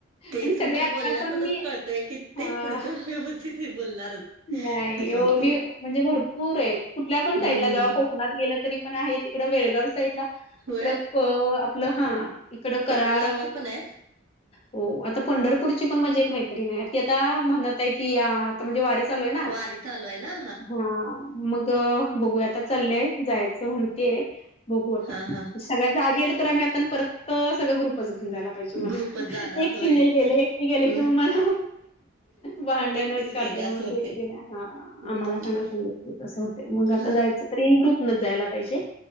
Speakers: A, on the right; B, on the left.
A: ते
B: आणि
A: तुमच्या
B: सगळे आता
A: बोलण्यातूनच
B: पण मी.
A: कळतंय की ते
B: हां.
A: पुढचं व्यवस्थितीय बोलणारच
B: नाही
A: असं
B: हो,
A: होतेय.
B: मी म्हणजे भरपूर आहेत, कुठल्या पण
A: हम्म
B: साईडला जावा कोकणात गेलं तरी पण आहे, तिकड बेळगाव साईड. ला
A: होय
B: इकड क आपलं हा इकडं कराड
A: एवढ्या लांबचे पण आहेत?
B: हो आता पंढरपूरची पण माझी एक मैत्रीन आहे ती आता म्हणत आहे की या आता म्हणजे वारी चालू आहे ना
A: वारी चालू आहे ना
B: हा मग. बघूया आता चाललंय जायचं म्हणतेय बघू आता.
A: हा हा
B: सगळं जा गेल तर आम्ही आता न परत सगळं ग्रुपच घेऊन जाला पाहिजे मला
A: ग्रुपच जाणार
B: एकटी
A: होय
B: नाही गेले, एकटी गेलं
A: होय
B: किं म मला भांडणच
A: एकटीच
B: करतो
A: गेले असं
B: मग
A: होतंय.
B: एकटीला
A: हम्म
B: आम्हाला का ना सांगत ते तस होतेय मग आता
A: हा
B: जायचं तरी ग्रुप न जायला पाहिजे